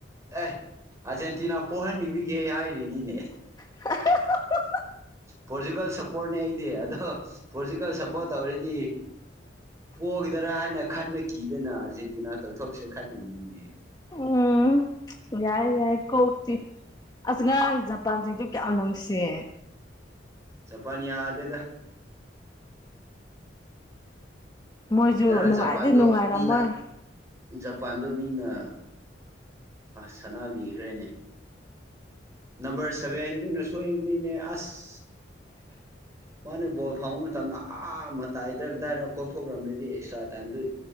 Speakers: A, on the right; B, on the left.
A: ꯑꯦ ꯑꯥꯔꯖꯦꯟꯇꯤꯅꯥ ꯄꯣꯛꯍꯟꯅꯤꯡꯂꯤꯒꯦ ꯍꯥꯏꯔꯤꯅꯤꯅꯦ
B: ꯍ
A: ꯄꯣꯔꯇꯨꯀꯦꯜ ꯁꯞꯄꯣꯔꯠꯅꯦ ꯑꯩꯗꯤ ꯑꯗꯣ ꯄꯣꯔꯇꯨꯀꯦꯜ ꯁꯞꯄꯣꯔꯠ ꯇꯧꯔꯗꯤ ꯄꯣꯛꯒꯗꯔꯥ ꯍꯥꯏꯅ ꯈꯟꯅ ꯀꯤꯗꯅ ꯑꯥꯔꯖꯦꯟꯇꯤꯅꯥ ꯇꯧꯊꯣꯛꯁꯦ ꯈꯜꯂꯤꯕꯅꯤꯅꯦ
B: ꯎꯝ ꯌꯥꯏ ꯌꯥꯏ ꯀꯣꯛꯇꯤ ꯑꯁ ꯉꯔꯥꯡ ꯖꯄꯥꯟꯁꯤꯡꯁꯨ ꯀꯌꯥꯝ ꯅꯨꯡꯁꯤꯌꯦ
A: ꯆꯄꯅꯤ ꯌꯥꯗꯦꯗ
B: ꯃꯣꯏꯁꯨ
A: ꯅꯔꯥꯡ
B: ꯅꯨꯡꯉꯥꯏꯗꯤ
A: ꯖꯄꯥꯟꯗꯣ
B: ꯅꯨꯡꯉꯥꯏꯔꯝꯃꯣꯏ
A: ꯃꯤꯅ ꯖꯄꯥꯟꯗ ꯃꯤꯅ ꯁꯥꯟꯅꯕꯤꯈ꯭ꯔꯦꯅꯦ ꯅꯝꯕꯔ ꯁꯚꯦꯟꯗꯨꯅ ꯁꯣꯛꯏꯕꯅꯤꯅꯦ ꯑꯁ
B: <inaudible>
A: ꯃꯥꯅ ꯕꯣꯜ ꯐꯪꯕ ꯃꯇꯝꯗ ꯑꯥ ꯃꯇ ꯇꯥꯏꯗ꯭ꯔꯗꯥꯏꯅ ꯀꯣꯛꯊꯣꯛꯈ꯭ꯔꯕꯅꯤꯗꯤ ꯑꯦꯛꯁꯇ꯭ꯔꯥ ꯇꯥꯏꯝꯗꯨ